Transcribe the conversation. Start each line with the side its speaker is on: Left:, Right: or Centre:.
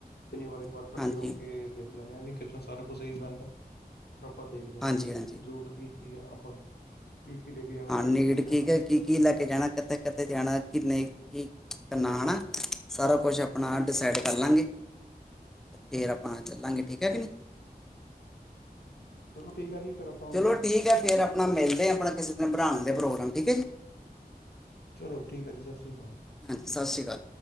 Left: ਸ਼ਨੀਵਾਰ ਇੱਕ ਵਾਰ ਕੱਠੇ
Centre: ਹਾਂਜੀ
Left: ਹੋ ਕੇ ਦੇਖ ਲੈਂਨੇ ਆ ਵੀ ਕਿ ਕਿਦਾ ਸਾਰ ਕੁਛ ਸਹੀ ਪੈਂਦਾ। ਫੇਰ ਆਪਾਂ ਦੇਖਦੇ
Centre: ਹਾਂਜੀ
Left: ਹਾਂ
Centre: ਹਾਂਜੀ
Left: ਜ਼ਰੂਰਤ ਕੀ ਕੀ ਆ, ਆਪਾਂ ਕੀ ਕੀ ਲੇ ਕੇ ਜਾਣਾ
Centre: ਹਾਂ
Left: ਕਿੱਥੇ
Centre: ਨੀਡ
Left: ਕਿੱਥੇ ਜਾਣਾ
Centre: ਕੀ ਕੇ ਕੀ ਕੀ ਲੈ ਕੇ ਜਾਣਾ ਕਿੱਥੇ ਕਿੱਥੇ ਜਾਣਾ ਕਿੰਨੇ ਕੀ ਕਰਨਾ ਹੈਨਾ, ਸਾਰਾ ਕੁਛ ਆਪਣਾ ਡਿਸਾਈਡ ਕਰ ਲਾਂਗੇ। ਫੇਰ ਆਪਾਂ ਚੱਲਾਂਗੇ ਠੀਕ ਐ ਕਿ ਨੀ।
Left: ਹੁੰ ਚਲੋ ਠੀਕ ਐ ਜੀ ਫੇਰ ਆਪ
Centre: ਚਲੋ ਠੀਕ ਐ ਫੇਰ ਆਪਣਾ ਮਿਲਦੇ ਹਾਂ ਆਪਣਾ ਕਿਸੇ ਦਿਨ ਬਣਾਉਣ ਦੇ ਪ੍ਰੋਗਰਾਮ ਠੀਕ ਐ ਜੀ।
Left: ਚਲੋ ਠੀਕ ਐ ਜੀ ਸਤਿ ਸ੍ਰੀ ਅਕਾਲ।
Centre: ਹਾਂਜੀ, ਸਤਿ ਸ਼੍ਰੀ ਅਕਾਲ।